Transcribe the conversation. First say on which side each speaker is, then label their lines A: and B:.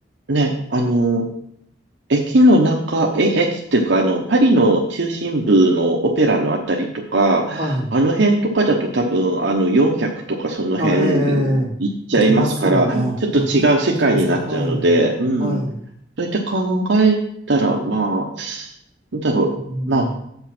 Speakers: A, on the right; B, on the right.
A: ね、あの、駅の中、え、駅っていうか、あの、パリの中心部のオペラのあたりとか、
B: はい。
A: あの辺とかだと多分、あの、400とかその辺行っちゃいますから、
B: あ、ええ、行きますよね。
A: はいちょっと違う世界になっちゃうので、
B: うん、行きますか。はい。
A: うん。
B: はい。
A: そうやって考えたら、まあ、なんだろう。
B: うん。
A: まあ